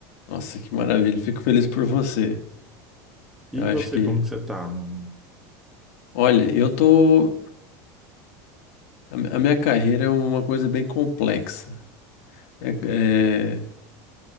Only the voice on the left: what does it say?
Nossa, que maravilha. Fico feliz por você.
Eu acho
que.
Olha, eu tô. A mi- a minha carreira é uma coisa bem complexa. É- é,